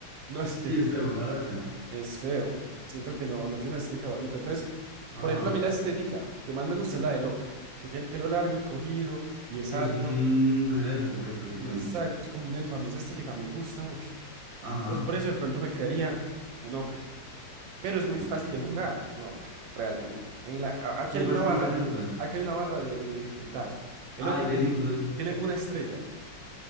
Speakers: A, on the right; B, on the right.
A: No es que
B: Sí, es feo, la verdad es feo.
A: es feo. Siento que no, no tiene una estética bonita. Entonces.
B: Ajá.
A: Por ejemplo, a mí la estética que más me gusta es la de Locra, que tiene el pelo largo y cogido y es
B: Que
A: alto.
B: es un, pues el elfo, pues, prácticamente.
A: Exacto, es como un elfo. A mí esa estética me gusta mucho.
B: Ajá.
A: Entonces, por eso de pronto me crearía un Ocra. Pero es muy
B: Ok,
A: fácil de jugar
B: ya.
A: un Ocra, realmente. En la, a- aquí
B: ¿Te
A: hay
B: parece
A: una barra,
B: que es fácil de jugar?
A: aquí hay una barra de, de dificultad. El
B: Ah,
A: Ocra
B: y
A: tiene,
B: te dicen incluso,
A: tiene una estrella,